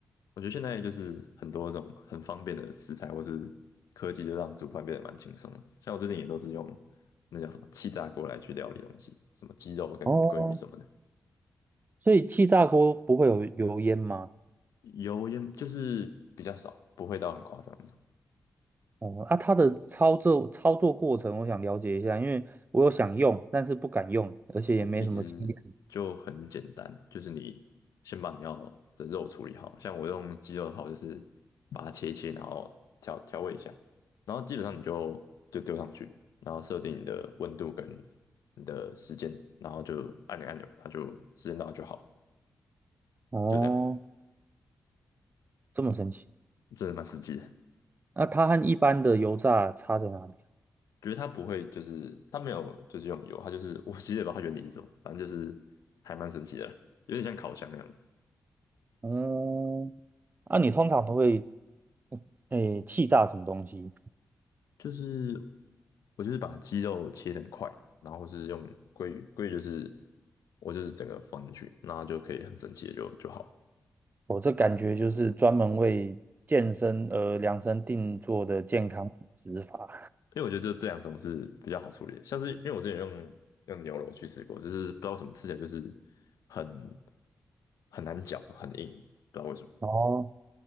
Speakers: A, on the left; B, on the right.
A: 我觉得现在就是很多这种很方便的食材或是科技，就让煮饭变得蛮轻松的。像我最近也都是用那叫什么气炸锅来去料理东西，什么鸡肉跟鲑鱼什么的。
B: 哦，所以气炸锅不会有油烟吗？
A: 油烟就是比较少，不会到很夸张那种。
B: 哦，啊，它的操作操作过程我想了解一下，因为我有想用，但是不敢用，而且也没什么经验。
A: 它其实就很简单，就是你先把你要的肉处理好，像我用鸡肉的话，我就是把它切一切，然后调调味一下，然后基本上你就就丢上去，然后设定你的温度跟你的时间，然后就按钮按钮，它就时间到就好了
B: 哦，
A: 就这样，
B: 这么神奇。
A: 真的蛮实际的。
B: 那它和一般的油炸差在哪里？
A: 觉得它不会，就是它没有就是用油，它就是我其实也不知道它原理是什么，反正就是还蛮神奇的啦，有点像烤箱那样。
B: 嗯，那、你通常都会，嗯诶，气炸什么东西？
A: 就是我就是把鸡肉切成块，然后是用鲑鱼，鲑鱼就是我就是整个放进去，那就可以很整齐的就就好了。
B: 我这感觉就是专门为健身而量身定做的健康饮食法。
A: 因为我觉得这这两种是比较好处理的，像是因为我之前用用牛肉去吃过，只是不知道为什么吃起来就是很很难嚼，很硬，不知道为什么
B: 哦，